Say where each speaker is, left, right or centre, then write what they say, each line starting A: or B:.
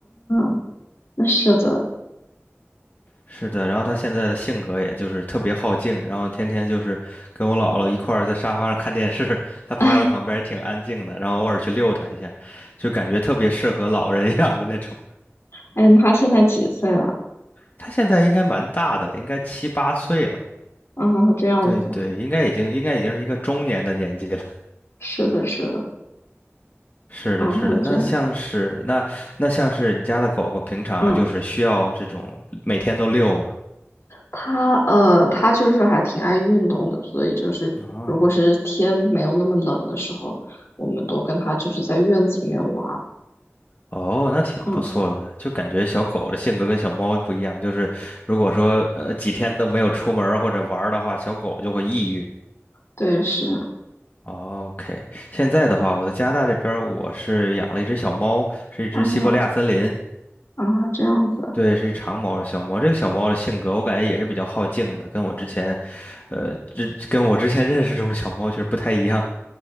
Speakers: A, on the left; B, on the left.
A: 啊，那是的，
B: 是的，然后它现在的性格也就是特别好静，然后天天就是跟我姥姥一块儿在沙发上看电视，它趴在旁边也挺安静的，
A: <laughs> 哎。
B: 然后偶尔去遛它一下，就感觉特别适合老人养的那种。
A: 哎，妈现在几岁了？
B: 它现在应该蛮大的了，应该七八岁了。
A: 啊，这样子，
B: 对对，应该已经应该已经是一个中年的年纪了。
A: 是的，是的，
B: <laughs> 是的，
A: 嗯，
B: 是的。
A: 这，
B: 那像是那那像是你家的狗狗，平常就是需要这种每天都遛吗？
A: 嗯，他呃，他就是还挺爱运动的，所以就是如果是天没有那么冷的时候，
B: 啊，
A: 我们都跟他就是在院子里面玩儿
B: 哦，那挺不错的。
A: 嗯，
B: 就感觉小狗的性格跟小猫不一样，就是如果说呃几天都没有出门儿或者玩儿的话，小狗就会抑郁。
A: 对，是
B: 哦 OK，现在的话，我在加拿大这边儿我是养了一只小猫，是一只西伯利亚森林。
A: 啊啊，这样子，
B: 对，是一长毛的小猫。这个小猫的性格，我感觉也是比较好静的，跟我之前，呃，这跟我之前 <laughs> 认识中的小猫其实不太一样。